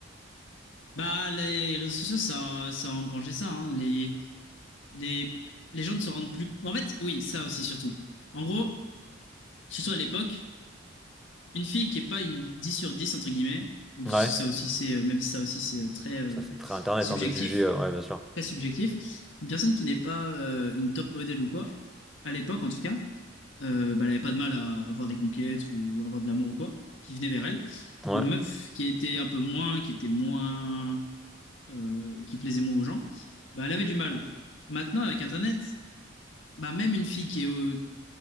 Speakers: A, on the left; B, in the centre.
A: Bah, les réseaux sociaux, ça, a- ça a engrangé ça, hein. Les, les, les gens ne se rendent plus. En fait, oui, ça aussi, surtout. En gros, surtout à l'époque, une fille qui est pas une 10 sur 10 entre guillemets, même
B: Ouais,
A: si ça aussi, c'est, même si ça aussi, c'est euh, très, euh,
B: ça c'est très internet
A: subjectif.
B: hein, de juger, euh, ouais, bien sûr.
A: très subjectif, une personne qui n'est pas euh, une top modèle ou quoi, à l'époque en tout cas, euh, bah, elle n'avait pas de mal à avoir des conquêtes ou avoir de l'amour ou quoi, qui venait vers elle.
B: Ouais,
A: Une meuf qui était un peu moins, qui était moins, euh, qui plaisait moins aux gens, bah, elle avait du mal. Maintenant, avec Internet, bah, même une fille qui est, euh,